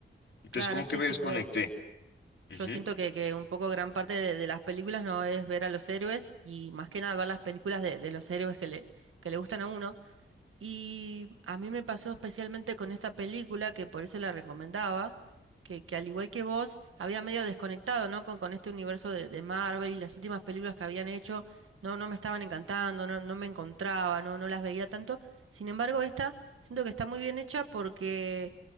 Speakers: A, on the left; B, on the right.
A: Entonces
B: Claro,
A: como
B: sí,
A: que me desconecté.
B: sin duda. Yo,
A: Ujú.
B: yo siento que, que un poco gran parte de, de las películas no es ver a los héroes y más que nada ver las películas de, de los héroes que le, que le gustan a uno. Y a mí me pasó especialmente con esta película, que por eso la recomendaba, que, que al igual que vos, había medio desconectado, ¿no? Con, con este universo de, de Marvel y las últimas películas que habían hecho, no, no me estaban encantando, no, no me encontraba, no, no las veía tanto. Sin embargo, esta siento que está muy bien hecha porque